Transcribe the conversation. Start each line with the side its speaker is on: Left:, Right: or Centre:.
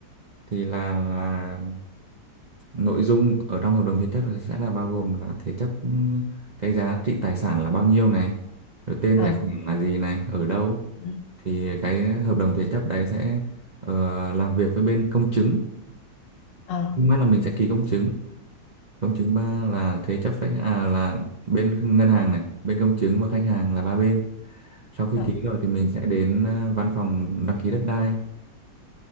Right: thì là, là nội dung ở trong hợp đồng thế chấp sẽ là bao gồm là thế chấp ừ, cái giá trị tài sản là bao nhiêu này rồi tên
Left: ờ
Right: tài sản là gì này ở đâu
Left: ừ,
Right: thì cái hợp đồng thế chấp đấy sẽ ờ, làm việc với bên công chứng
Left: ờ
Right: Nhưng là mình sẽ ký công chứng công chứng ba là thế chấp khách à là bên ngân hàng này bên công chứng và khách hàng là ba bên sau khi
Left: ờ
Right: ký rồi thì mình sẽ đến ờ, văn phòng đăng ký đất đai